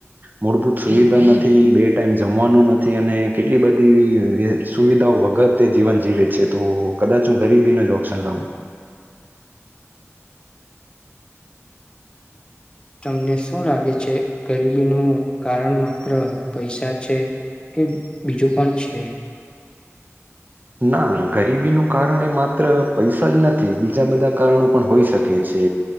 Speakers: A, on the right; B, on the left.
A: મૂળભૂત સુવિધા નથી, બે ટાઈમ જમવાનું નથી અને કેટલી બધી સુવિધાઓ વગર તે જીવન જીવે છે. તો કદાચ હું ગરીબીનો જ ઓપ્શન લઉ.
B: તમને શું લાગે છે ગરીબીનું કારણ માત્ર પૈસા છે કે બીજું પણ છે?
A: ના ગરીબીનું કારણ એ માત્ર પૈસા જ નથી બીજા બધા કારણો પણ હોઈ શકે છે.